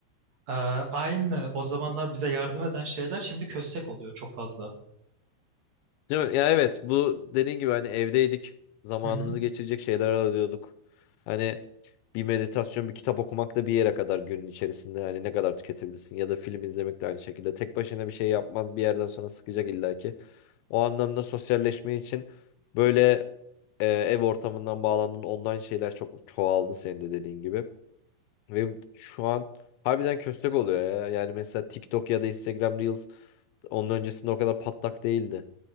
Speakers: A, on the right; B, on the left.
A: e, aynı o zamanlar bize yardım eden şeyler şimdi köstek oluyor çok fazla.
B: Değil mi? Ya evet bu dediğin gibi hani evdeydik. Zamanımızı
A: Hı hı.
B: geçirecek şeyler arıyorduk. Hani bir meditasyon, bir kitap okumak da bir yere kadar günün içerisinde. Hani ne kadar tüketebilirsin ya da film izlemek de aynı şekilde. Tek başına bir şey yapman bir yerden sonra sıkacak illaki. O anlamda sosyalleşme için böyle e, ev ortamından bağlandın. Ondan şeyler çok çoğaldı senin de dediğin gibi. Ve şu an harbiden köstek oluyor ya. Yani mesela TikTok ya da Instagram Reels onun öncesinde o kadar patlak değildi.